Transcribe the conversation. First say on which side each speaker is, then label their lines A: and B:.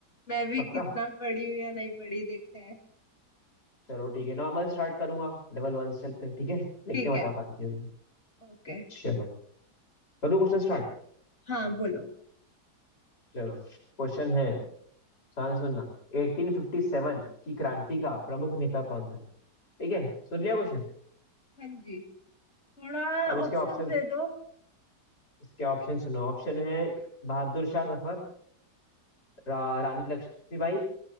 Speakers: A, on the left; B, on the left.
A: मैं भी
B: पक्का
A: कितना पढ़ी हूँ या नहीं पढ़ी देखते हैं
B: चलो ठीक है नॉर्मल स्टार्ट करूंगा लेवल वन से चलते हैं ठीक है देखते
A: ठीक
B: हैं
A: है
B: बता पाती हो कि नहीं।
A: ओके
B: चलो करूँ क्वेश्चन स्टार्ट
A: हाँ बोलो
B: चलो क्वेश्चन है ध्यान से सुनना 1857 की क्रांति का प्रमुख नेता कौन था ठीक है सुन लिया क्वेश्चन
A: हाँ जी थोड़ा
B: अब इसके
A: ऑप्शन
B: ऑप्शन
A: दे दो
B: इसके ऑप्शन सुनो ऑप्शन है बहादुर शाह जफर रा, रानी लक्ष्मीबाई